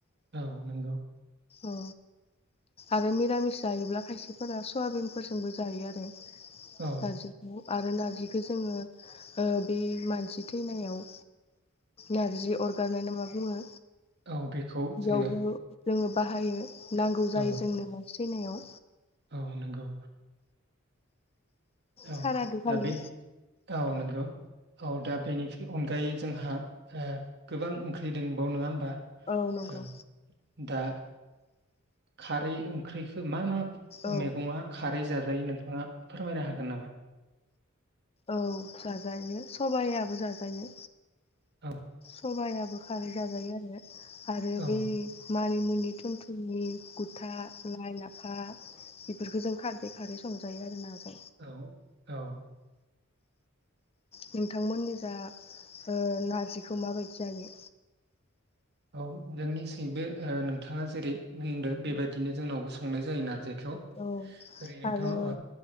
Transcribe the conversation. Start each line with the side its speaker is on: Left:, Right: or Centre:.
Right: औ नोंगौ।
Left: अ आरो मिरामिस जायोब्ला खायसेफोरा सयाबिनफोरजोंबो जायो आरो।
Right: औ
Left: नारजिखौ आरो नारजिखौ जोङो। ओ बे मानसि थैनायाव नारजि अरगारनाय ना मा बुङो।
Right: औ बेखौ
Left: बेयावबो
Right: जोङो।
Left: जोङो। बाहायो। नांगौ
Right: औ
Left: जायो जोंनो माने। सैनायाव।
Right: औ नंगौ औ
Left: सारादुखालि
Right: दा बे औ नंगौ औ दा बेनि अनगायै। जोंहा ओ गोबां ओंख्रि दंबाव नङा होमबा?
Left: औ नंगौ।
Right: ओ दा। खारै ओंख्रि। मा मा
Left: औ
Right: मैगङा खारै जाजायो। जायो नोंथाङा फोरमायनो हागोन नामा?
Left: औ जाजायो सबायाबो जाजायो।
Right: औ।
Left: सबायाबो खारै जाजायो आरो। आरो
Right: औ
Left: बै मा मानि मुनि थुन थुननि गुथा लाइ लाफा बेफोरखौ जों खारदै खारै संजायो आरो ना जों
Right: औ औ।
Left: नोंथांमोननि जा ओ नारजिखौ माबायदि जायो
Right: औ जोंनि सिबो ओ नों बिथाङा जेरै बुंदों बेबायदिनो जोंनावबो संनाय जायो नारजि। थ ओरैनोथ'
Left: औ आरो
Right: ओ